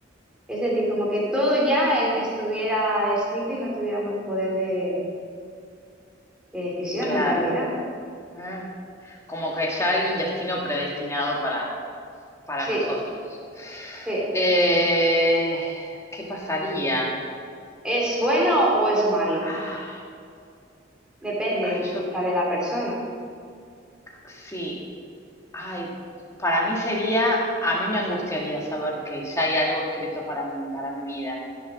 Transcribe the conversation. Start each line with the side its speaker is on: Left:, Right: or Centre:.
Centre: Es decir, como que todo ya e- estuviera escrito y no tuviéramos poder de de decisión
Left: Claro.
Centre: en realidad.
Left: Ah, Como que ya hay un destino predestinado para, para
Centre: Sí,
Left: nosotros.
Centre: sí.
Left: Eh, ¿qué pasaría?
Centre: ¿Es bueno o es malo?
Left: Ah,
Centre: Depende
Left: ay, yo
Centre: quizá de la persona.
Left: sí. Ay, para mí sería, a mí me angustiaría saber que ya hay algo escrito para mí, para mi vida,